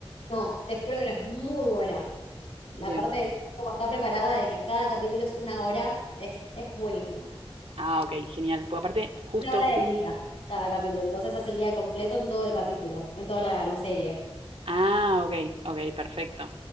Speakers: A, on the left (about 80°); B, on the right (about 70°).
A: No, te juro que no es muy buena.
B: <laughs>
A: La parte de
B: Bien.
A: cómo está preparada, de que cada capítulo es una hora, es, es buenísimo.
B: Ah, ok, genial. Porque aparte, justo.
A: Una hora del día, cada capítulo. Entonces hace el día completo en todo el capítulo, en toda la, la serie.
B: Ah, ok, ok, perfecto.